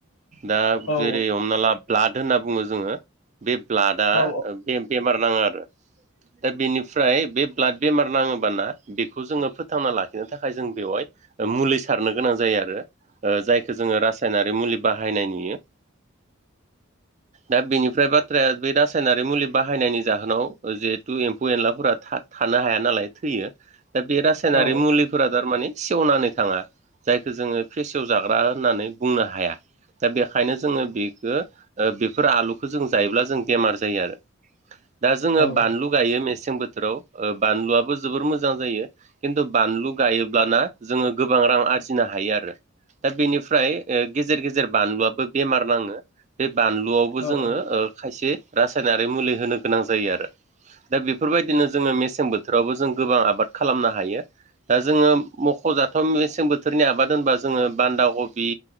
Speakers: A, on the right; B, on the left.
A: दा
B: औ
A: जेरै हमना ला ब्लाद होनना बुङो जोङो बे ब्लाडआ
B: औ
A: बे बेमार नाङो आरो दा बेनिफ्राय बे ब्लाड बेमार नाङोबाना बेखौ जोङो फोथांना लाखिनो थाखाय जों बेवहाय मुलि सारनो गोनां जायो आरो ओ जाय जोङो रासायनारि मुलि बाहायनाय नुयो दा बेनि ओमफ्राय बाथ्राया बे रासायनारि मुलि बाहायनायनि जाहोनाव जिहेथु एम्फौ एनलाफोरा थानो हाया नालाय थैयो दा बे रासायनारि
B: औ
A: मुलिफोरा थारमाने सेवनानै थाङा जायखौ जोङो फेसेवजाग्रा होननानै बुंनो हाया दा बेखायनो जोङो बेखौ बेफोर आलु जों जायोब्ला जों बेमार जायो आरो दा जोङो
B: औ
A: बानलु गायो मे सें बोथोराव ओ बानलुआबो जोबोर मोजां जायो खिन्थु बानलु गायोब्ला ना जोङो गोबां रां आरजिनो हायो आरो दा बेनिफ्राय ओ गेजेर गेजेर बानलुआबो बेमार नाङो बे बानलुआव
B: औ
A: जोङो खायसे रासायनारि मुलि होनो गोनां जायो आरो दा बेफोरबायदिनो जोङो मेसें बोथोरावबो जों गोबां आबाद खालामनो हायो दा जोङो मख'जाथाव मेसें बोथोरनि आबाद होनबा जोङो बान्दाखबि